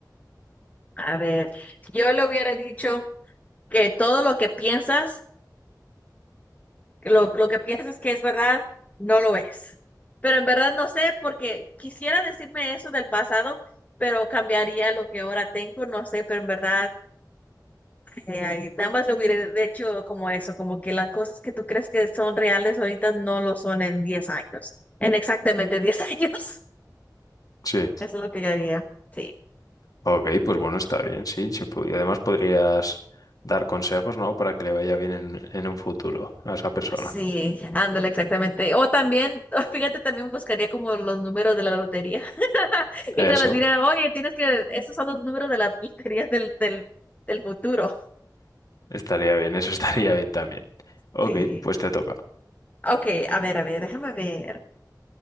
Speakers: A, on the left; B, on the left.
A: a ver, yo le hubiera dicho que todo lo que piensas, lo, lo que piensas que es verdad, no lo es. Pero en verdad no sé, porque quisiera decirme eso del pasado, pero cambiaría lo que ahora tengo, no sé, pero en verdad Eh, ahí nada más lo hubiera hecho como eso, como que las cosas que tú crees que son reales ahorita no lo son en 10 años, en exactamente 10 años.
B: Sí.
A: <laughs> Eso es lo que yo haría. Sí,
B: Ok, pues bueno, está bien, sí. sí pu- y además podrías dar consejos, ¿no? Para que le vaya bien en, en un futuro a esa persona.
A: sí, ándale, exactamente. O también, <laughs> fíjate, también buscaría como los números de la lotería <laughs>
B: Eso.
A: y se las diría, oye, tienes que, esos son los números de la <laughs> lotería del, del, del futuro.
B: Estaría bien, eso <laughs> estaría bien también. Ok,
A: Sí.
B: pues te toca.
A: Ok, a ver, a ver, déjame ver.